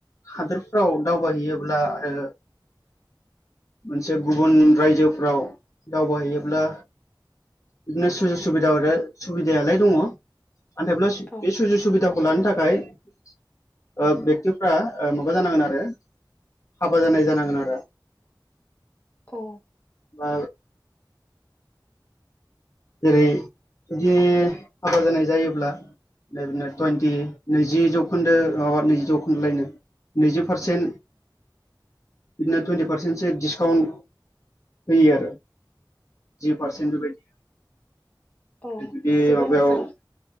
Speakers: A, on the left; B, on the left.
A: हादोरफ्राव दावबायहैयोब्ला ओ मोनसे गुबुन रायजोफ्राव दावबायहैयोब्ला बिदिनो सुजुग सुबिदा <unintelligible> सुबिदायालाय दङ नाथायब्ला बे
B: औ
A: सुजग सुबिदाखौ खौ लानो थाखाय ओ बेक्तिफ्रा ओ माबा जानांगोन आरो हाबा जानाय जानांगोन आरो।
B: औ।
A: ओ जेरै जुदि हाबा जानाय जायोब्ला बिदिनो टुइन्टि नैजि जौखोन्दो माबा नैजि जौखोन्दो लायनो नैजि पारसेन्ट बिदिनो टुइन्टि पारसेन्टसो डिसकाउन्ट होयो आरो जि पारसेन्ट बेबायदि
B: अ
A: जुदि
B: जोबोर
A: माबायाव
B: मोजां।